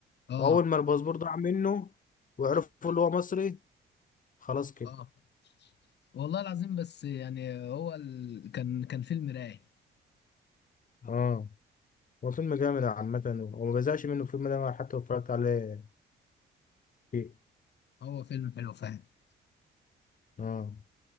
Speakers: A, on the left (about 65°); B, on the left (about 45°).
A: آه
B: وأول ما الباسبور ضاع منه وعرفوا اللي هو مصري خلاص كده
A: آه والله العظيم بس يعني هو ال... كان كان فيلم رايق
B: اه هو فيلم جامد عامة وما بزهقش منه الفيلم ده حتى لو اتفرجت عليه كتير.
A: هو فيلم حلو فعلا
B: اه